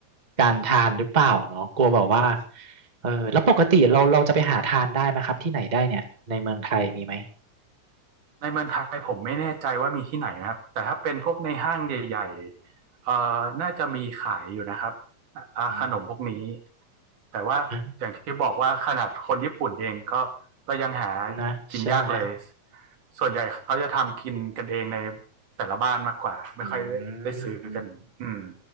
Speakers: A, on the right; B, on the right.
A: การทานหรือเปล่าเนาะกลัวแบบว่าเออแล้วปกติเราเราจะไปหาทานได้ไหมครับที่ไหนได้เนี่ยในเมืองไทยมีไหม
B: ในเมืองไทยผมไม่แน่ใจว่ามีที่ไหนนะครับแต่ถ้าเป็นพวกในห้างใหญ่ๆเอ่อน่าจะมีขายอยู่นะครับอ่าขนมพวกนี้
A: อืม
B: แต่ว่าอย่างที่บอกว่าขนาดคนญี่ปุ่นเองก็ก็ยังหา
A: อ่ะนะใช่ไหม
B: กินยากเลย ส่วนใหญ่เขาจะทำกินกันเองในแต่ละบ้านมากกว่าไม่ค่อยได้ได้ซื้อกันอืม
A: อืม